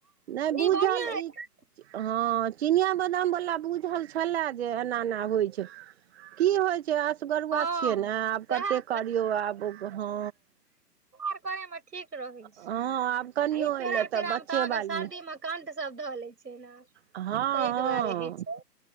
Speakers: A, on the right; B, on the right.
A: नहि बुझल
B: ई बढ़िआँ होइ
A: ई
B: छै
A: हँ चिनिआ बदामवला बुझल छलय जे एना एना होइत छै। की होइ छै असगरुआ
B: हँ
A: छियै ने आब
B: सएह
A: कतेक करियौ आब हँ
B: र करयमे ठीक रहैत
A: हँ
B: छै आ
A: आब कनियो
B: ई
A: एयलै
B: केरा तेरामे
A: बच्चे
B: तऽ अहाँके
A: बाली
B: सर्दीमे कंठ सब धऽ ले छै ने।
A: हँ-हँ
B: ताहि दुआरे होइ छै